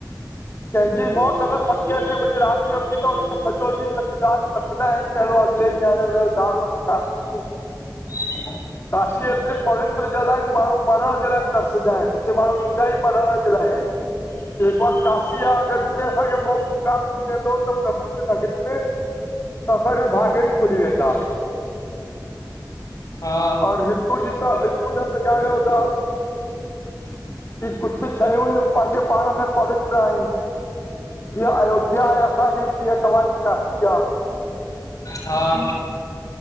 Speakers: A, on the left (about 35°); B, on the left (about 50°).
A: कंहिंजी मौत अगरि सते अठ वॻे रात जो थी तो वञे त सॼो ॾींहुं सॼीरात रखंदा आहिनि हलो अॻिले ॾींहुं हाणे हुनयो दाह संस् खांस फ़ो
B: <inaudible>
A: काशी एतिरी पवित्र जल आहे की माण्हू मरण जे लाइ तरसंदा आहिन हिते माण्हू ईंदा ई मरण जे लाइ आहिन। जेको आहे कशी आहे अगरि हिते असांखे मोक्ष प्राप्त थी वेंदो त प्रभु जे नगरी में असां जा भाग ई खुली वेंदा।
B: हा
A: और हितु जी त हितु जा सॼाणूंदा। की कुझु शयूं हूंयू पंहिंजे पाण में पवित्र आहिन। जीअं अयोध्या आहे असांजी जीअं तव्हांजी काशी आ।
B: हा